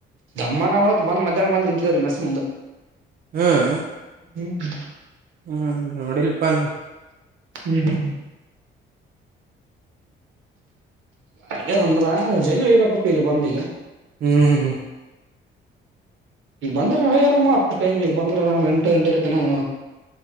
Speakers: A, on the right; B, on the right.
A: ತಮ್ಮನ ಹೊತ್ತು ಬಂದು ಮಧ್ಯಾಹ್ನ ಬಂದು ನಿಂತಿದ್ದ ಮೆಸ್ ಮುಂದೆ
B: ಹ್ಮ್
A: ಹ್ಮ್
B: ಹ್ಮ್ ನೋಡಿಲ್ಪಾನ
A: ಹ್ಮ್ ಹ್ಮ್ ಹ್ಮ ಹಾಗಂದ್ರ ಜಲ್ ಹೊಯಿಬೇಕಪ್ಪ ಇಲ್ಲಿ ಬಂದು ಈಗ
B: ಹ್ಮ್
A: ಇಲ್ಲಿ ಬಂದ್ರ ರಾಮ ಅತ್ತು ಟೈಮ ಇ ಬಂದರ ಇಟ್ಟಿರತನೋ